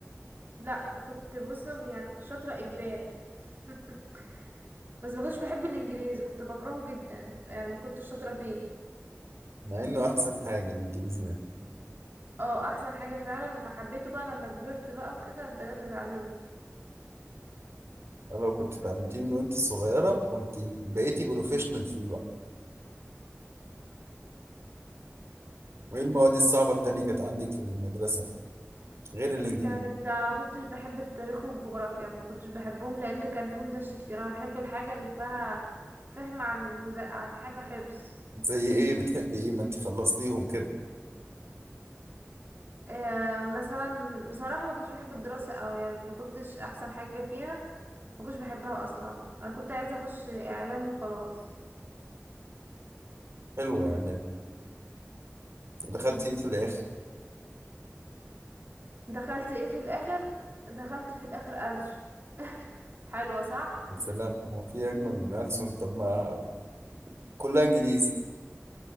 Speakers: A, on the right; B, on the right.
A: لا كنت بص يعني كنت شاطرة إجباري <laughs> بس ما كنتش بحب الإنجليزي كنت بكرهه جدا يعني ما كنتش شاطرة فيه
B: مع إنه أحسن حاجة الإنجليزي ده
A: اه أحسن حاجة فعلا لما حبيته بقى لما كبرت بقى وكده بدأت أتعلمه
B: لو كنت اتعلمتيه من وانت صغيرة كنت بقيتي بروفيشنال فيه بقى وايه المواد الصعبة التانية كانت عندك في المدرسة غير الانجليزي
A: كانت آه، ما كنتش بحب التاريخ والجغرافيا ما كنتش بحبهم لان كان فيهم دش كتير انا بحب الحاجه اللي فيها فهم عن المزا... عن حاجه حفظ
B: زي ايه بتحبي ايه ما انت خلصتيهم كده
A: آه مثلا بصراحه ما كنتش بحب الدراسه قوي يعني ما كنتش احسن حاجه فيها ما كنتش بحبها اصلا انا كنت عايزه اخش اعلام وخلاص
B: حلوة يعني دخلتي
A: امم
B: ايه في الاخر
A: دخلت ايه في الاخر دخلت في الاخر ألسو <laughs> حلوه صح
B: يا سلام هو في اجمل من ألسن طب ما كلها انجليزي